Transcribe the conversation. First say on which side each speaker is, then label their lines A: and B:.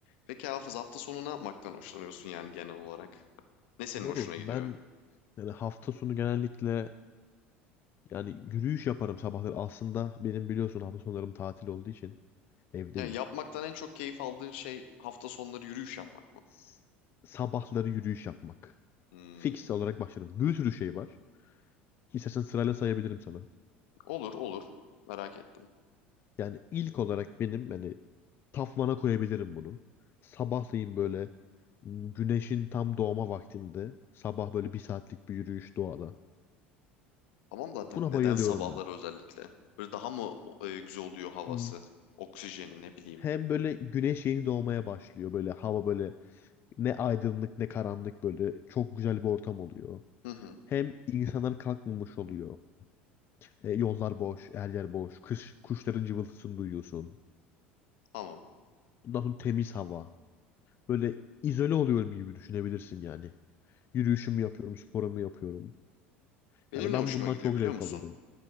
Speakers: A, on the left; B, on the left.
A: Peki Hafız hafta sonu ne yapmaktan hoşlanıyorsun yani genel olarak? Ne senin
B: Moruk
A: hoşuna gidiyor?
B: ben yani hafta sonu genellikle yani yürüyüş yaparım sabahları. Aslında benim biliyorsun hafta sonlarım tatil olduğu için evdeyim.
A: Yani yapmaktan en çok keyif aldığın şey hafta sonları yürüyüş yapmak mı?
B: S- Sabahları yürüyüş yapmak.
A: Hmm,
B: Fix olarak başlarım. Bir sürü şey var. İstersen sırayla sayabilirim sana.
A: olur olur. Merak ettim.
B: Yani ilk olarak benim yani tafvana koyabilirim bunu. Sabahleyin böyle m, güneşin tam doğma vaktinde sabah böyle bir saatlik bir yürüyüş doğada.
A: Tamam da hani
B: Buna
A: neden
B: bayılıyorum
A: sabahları
B: ben.
A: özellikle? Böyle daha mı e, güzel oluyor havası?
B: Hmm.
A: Oksijeni ne bileyim.
B: Hem böyle güneş yeni doğmaya başlıyor böyle hava böyle Ne aydınlık ne karanlık böyle çok güzel bir ortam oluyor.
A: Hı hı,
B: Hem insanlar kalkmamış oluyor. E, yollar boş, her yer boş. Kış, kuşların cıvıltısını duyuyorsun.
A: tamam.
B: Ondan sonra temiz hava. Böyle izole oluyorum gibi düşünebilirsin yani. Yürüyüşümü yapıyorum, sporumu yapıyorum.
A: Benim
B: Yani ben
A: ne hoşuma
B: bundan
A: gidiyor
B: çok
A: biliyor
B: zevk
A: musun?
B: alıyorum.